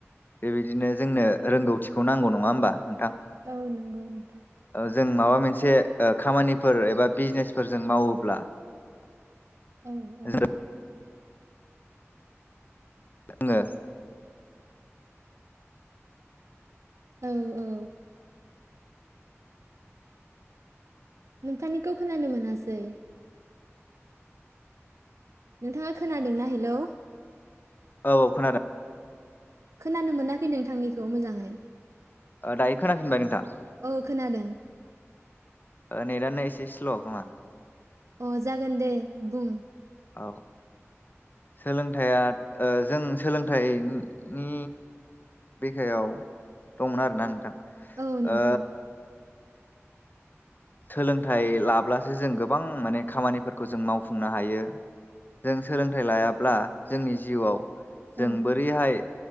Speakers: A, on the left; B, on the right.
A: बेबायदिनो जोंनो रोंगौथिखौ नांगौ नङा ओमबा।
B: औ नोंगौ नोंथां।
A: जों माबा मोनसे ओ खामानिफोर एबा बिजनेसफोरजों मावोब्ला <unintelligible>
B: औ औ
A: जोङो
B: औ औ। नोंथांनिखौ खोनानो मोनासै नोंथाङा खोनादोंना हेलौ?
A: औ औ खोनादों
B: खोनानो मोनाखै नोंथांनिखौ मोजाङै।
A: दायो खोनाफिनबाय नोंथां?
B: औ खोनादों
A: ने दानो एसे स्ल खोमा।
B: अ जागोन दे बुं
A: औ सोलोंथाइया जों सोलोंथाइनि बेखायाव दंमोन आरोना नोंथां?
B: औ नोंथां।
A: ओ सोलोंथाइ लाब्लासो जों गोबां माने खामानिफोरखौ जों मावफुंनो हायो जों सोलोंथाइ लायाब्ला जोंनि जिउआव
B: औ
A: जों बोरैहाय